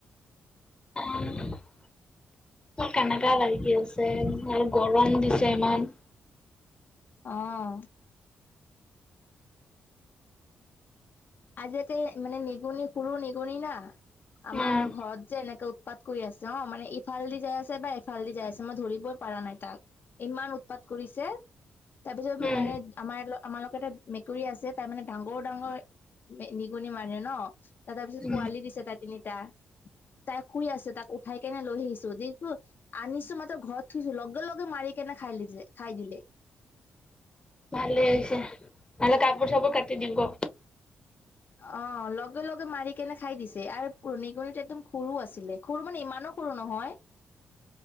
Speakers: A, on the left; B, on the left.
A: অঁ। কেনেকা লাগি আছে আৰু গৰম দিছে ইমান?
B: অঁ। আজি এতে মানে নিগনি সৰু নেগনি না আমাৰ
A: উম
B: ঘৰত যে এনেকে উৎপাত কৰি আছে অ মানে এ ইফাল দি যাই আছে বা এফাল দি যাই আছে মই ধৰিবই পৰাা নাই তাক ইমান উৎপাত কৰিছে? তাৰপিছত
A: উম
B: মানে আমাৰ আমাৰালোকৰ এটা মেকুৰী আছে তাৰ মানে ডাঙৰ - ডাঙৰ মে নিগনি মানে ন তাৰ পিছত
A: উম
B: পোৱালি দিছে তাৰ তিনিটা। তাই শুই আছে তাক উঠাই কেনে লৈ আহিছো দি তো আনিছো মাত্ৰ ঘৰত থুছো লগে - লগে মাৰিকেনে খাই লিজে খাই দিলে।
A: ভালে হৈছে নহলে কাপোৰ - চাপোৰ কাটি দিব।
B: অঁ লগে - লগে মাৰি কেনে খাই দিছে আৰু প নিগনিটো একদম সৰু আছিলে। সৰু মানে ইমানো সৰু নহয়।